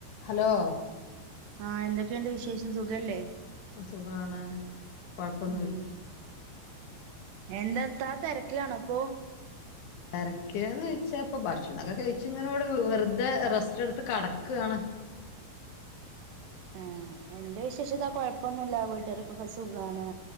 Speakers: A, on the left; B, on the right.
A: hello
B: ആഹ എന്തൊക്കെയുണ്ട് വിശേഷം സുഖല്ലേ
A: അ സുഖാണ് കൊഴപ്പൊന്നൂില്ല
B: ഉം എന്താ താ തിരക്കിലാണോ അപ്പൊ
A: തിരക്കാന്ന് കഴിച്ചാപ്പൊ ഭക്ഷണമൊക്കെ കഴിച്ച ഇങ്ങനോട് വെറ ഇത് റെസ്റ്റ് എടുത്ത് കടക്കയാണ്
B: ആ എന്റെ വിശേഷതാ കൊഴപ്പൊന്നല്ല വീട്ടുകാർക്കൊക്കെ സുഖമാണ്